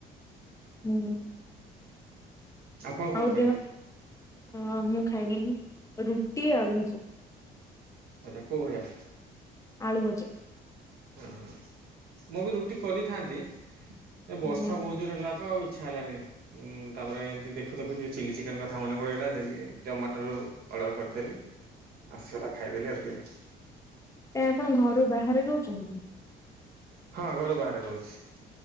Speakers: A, on the left (about 20°); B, on the right (about 65°).
A: ହୁଁ।
B: ଆପଣ କଣ
A: ଆଉ
B: ଖାଇଲେ?
A: ଦେହ ହଁ ମୁଁ ଖାଇଲି ରୁଟି ଆଳୁଭଜା।
B: ହେଟା କୋଉ ଭଜା?
A: ଆଳୁ ଭଜା।
B: ହୁଁ ହୁଁ ମୁଁ ବି ରୁଟି କରିଥାନ୍ତି ଏ ବର୍ଷା
A: ଆଜ୍ଞା।
B: ବୋହୁତ ଜୋର ହେଲା କୁ ଆଉ ଇଛା ହେଲାନି। ହୁଁ ତା ପରେ ଏମିତି ଦେଖୁଦେଖୁ ଚିଲି ଚିକେନ୍ କଥା ମନେ ପଡ଼ିଗଲା ସେଇକି ଜମାଟରୁ ଅର୍ଡ଼ର କରିଦେଲି। ଆଶେଇରା ଖାଇ ଦେଲି ଆଉ ଟିକେ।
A: ଆପଣ ଘରୁ ବାହାରେ ରୋହୁଚନ୍ତି କି?
B: ହଁ ଘରୁ ବାହାରେ ରହୁଚି।